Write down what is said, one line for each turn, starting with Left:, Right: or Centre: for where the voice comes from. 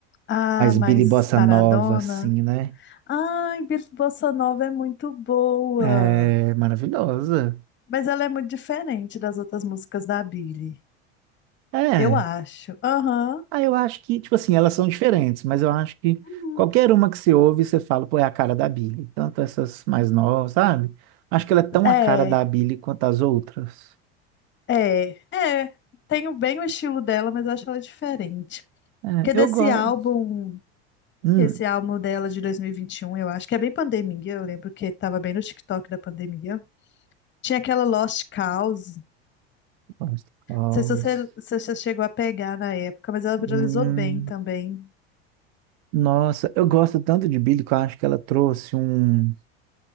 Left: Ah,
Right: mais
Left: mais
Right: Billy Bossa
Left: paradona.
Right: Nova, assim, né?
Left: Ai, Bi- Bossa Nova é muito boa.
Right: É maravilhosa.
Left: Mas ela é muito diferente das outras músicas da Billie.
Right: É,
Left: Eu acho. Aham.
Right: Ah, eu acho que, tipo assim, elas são diferentes, mas eu acho que
Left: Uhum.
Right: qualquer uma que você ouve, você fala, pô, é a cara da Billie. Tanto essas mais novas, sabe? Acho que ela é tão
Left: É,
Right: a cara da Billie quanto as outras.
Left: é, é. Tenho bem o estilo dela, mas eu acho ela diferente.
Right: É,
Left: Porque
Right: eu
Left: desse
Right: gosto.
Left: álbum,
Right: Hum,
Left: esse álbum dela de dois mil e e vinte e um, eu acho que é bem pandemia. Eu lembro que tava bem no TikTok da pandemia. Tinha aquela Lost Cause. Não
Right: gosto. Cause.
Left: sei se você, se você chegou a pegar na época, mas ela viralizou
Right: Hum,
Left: bem também.
Right: nossa, eu gosto tanto de Billie que eu acho que ela trouxe um.